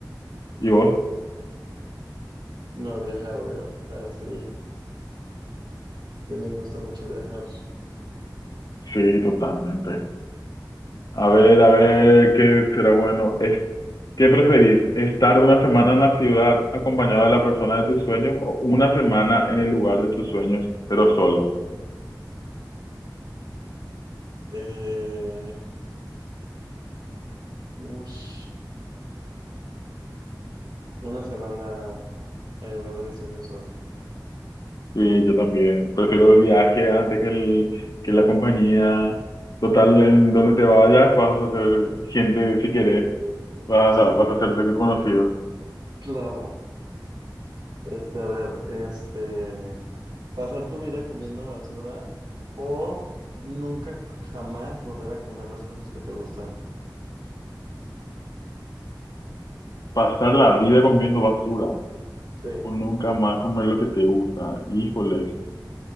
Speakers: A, on the left; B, on the right.
A: ¿Y vos?
B: No, viajar, obvio. O sea, sí, sí me gusta mucho viajar.
A: Sí, totalmente. A ver, a ver, ¿qué será bueno? Es, ¿qué preferís? ¿Estar una semana en la ciudad acompañado de la persona de tus sueños o una semana en el lugar de tus sueños, pero solo?
B: Eh, ush, una semana en lugar de mis sueños solo.
A: Sí, yo también. Prefiero el viaje antes que, el, que la compañía. Total,
B: Sí,
A: en donde te vayas vas a ser gente si querés. Vas
B: sí,
A: a, vas a hacerte conocido.
B: claro. Este, a ver, este, pasar tu vida comiendo basura o nunca jamás volver a comer las cosas que te gustan.
A: Pasar la vida comiendo basura
B: Sí,
A: o nunca más comer lo que te gusta. Híjole,